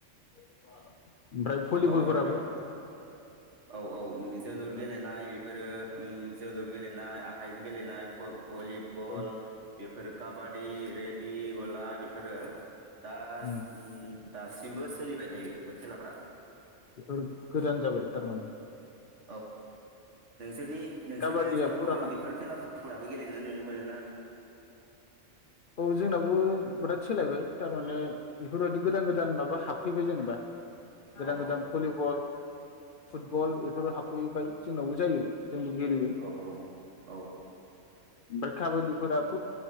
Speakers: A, on the left; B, on the right.
A: ओमफ्राय भलिबलफोराबो।
B: नङा होमब्ला नोंथां औ औ जोलुर गेलेनाय बेफोरो ओम जोलुर गेलेनाय आखाइजों गेलेनाय फु भलिबल
A: औ
B: बेफोरो काबादि बेदि गला बेफोरो दा
A: उम।
B: ओम दासिमबो सोलिबाय थायो बेफोर खेलाफोरा
A: बेफोर गोदान जाबाय तारमाने
B: औ नोंसोरनि नोंसोरनि
A: काबादिया
B: ओनसोलावबो
A: फुराना
B: बेफोर खेलाफो फोराबो गेलेनानै नुनो मोनो ना
A: औ जोंनावबो बिराद सोलायबाय तारमाने बेफोरबायदि गोदान गोदान माबा हाबफैबाय जेनेबा गोदान
B: औ
A: गोदान भलिबल फुटबल बेफोर हाबफैबाय जोंनावबो जायो। जोंबो गेलेयो
B: औ औ
A: बोर खाबादिफोराथ